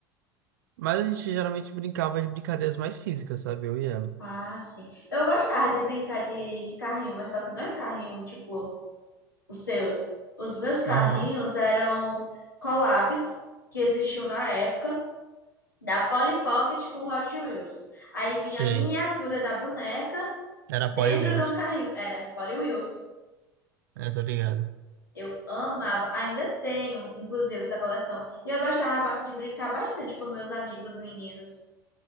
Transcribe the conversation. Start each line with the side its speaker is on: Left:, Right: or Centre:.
Right: Mas a gente geralmente brincava de brincadeiras mais físicas, sabe? Eu e ela.
Left: Ah, sim. Eu gostava de brincar de, de carrinho, mas só que não é carrinho tipo os seus. Os meus carrinhos
Right: Aham,
Left: eram collabs que existiam na época da Polly Pocket com Hot Wheels. Aí vinha
Right: sei.
Left: a miniatura da boneca
Right: Era
Left: dentro
Right: Poi Wheels.
Left: de um carrinho. Era Polly Wheels.
Right: É, tô ligado.
Left: Eu amava, ainda tenho, inclusive, essa coleção. E eu gostava ba- de brincar bastante com meus amigos meninos,